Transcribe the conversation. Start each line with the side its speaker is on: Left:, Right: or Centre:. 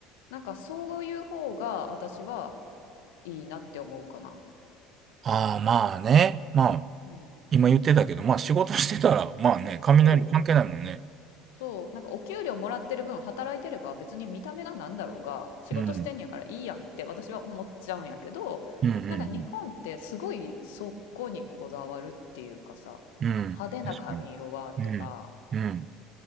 Left: なんかそういう方が私はいいなって思うかな。
Right: ああ、まあね。まあ、
Left: うん、
Right: 今言ってたけど、まあ仕事してたら、まあね、雷関係ないもんね。
Left: そうそう、なんかお給料もらってる分働いてれば別に見た目がなんだろうが仕事してんやからいいやんって私は思っちゃうんやけど、
Right: うん。うんうん
Left: なんか日本ってすごいそこにこだわるっていうかさ、
Right: うん。うん。
Left: 派手な髪色はとか、
Right: うん確かに。うん。うん。